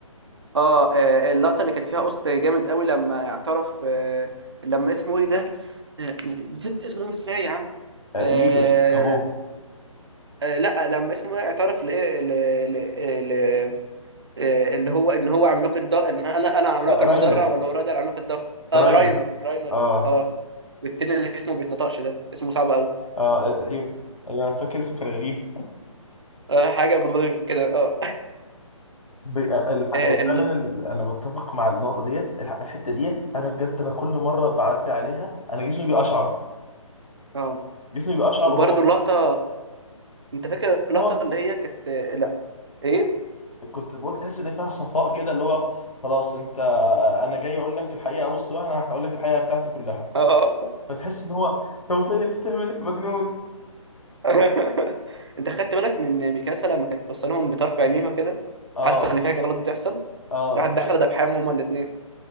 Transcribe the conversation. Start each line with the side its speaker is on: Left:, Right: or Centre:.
Right: اه آه، اللقطه اللي كانت فيها قسط جامد قوي لما اعترف آه لما اسمه ايه ده آه، نسيت اسمه ازاي يا عم
Left: آه
Right: آه
Left: ييجر أبوه
Right: آه لا لما اسمه ايه اعترف لايه ل- ل- ل- آه، اللي هو ان هو عملاق الضخم انا انا العملاق
Left: آه
Right: المدرع
Left: راينر
Right: ولا هو ده العملاق الضخم اه
Left: راينر
Right: راينر راينر
Left: آه
Right: اه والتاني اللي اسمه بيتنطقش ده اسمه صعب قوي
Left: آه أيوه أنا فاكر اسمه كان غريب
Right: اه حاجه بالرغم كده اه
Left: ب... آه الح...
Right: اه
Left: آه
Right: ال-
Left: فعلا ال... أنا متفق مع النقطة ديت الح... الحتة ديت أنا بجد أنا كل مرة بعدي عليها أنا جسمي بيقشعر
Right: اه
Left: جسمي بيقشعر
Right: وبرده
Left: وهو
Right: اللقطه انت فاكر
Left: بحس إن
Right: اللقطه
Left: هو
Right: اللي هي كانت لا ايه
Left: كنت بقول تحس إن فيها صفاء كده اللي هو خلاص أنت آه، أنا جاي أقول لك الحقيقة بص بقى أنا هقول لك الحقيقة بتاعتي كلها
Right: اه
Left: فتحس ان هو طب انت بتعمل ايه مجنون
Right: <laughs> انت خدت بالك من ميكاسا لما كانت بص لهم بطرف عينيها كده
Left: اه
Right: حاسه ان في حاجه غلط بتحصل
Left: اه
Right: راحت داخله
Left: فش-
Right: دبحهم
Left: ف-
Right: هما الاثنين